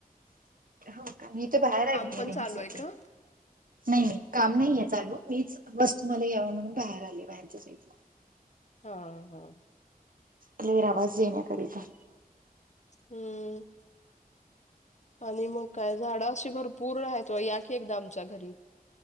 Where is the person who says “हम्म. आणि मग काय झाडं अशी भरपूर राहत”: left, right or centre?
Left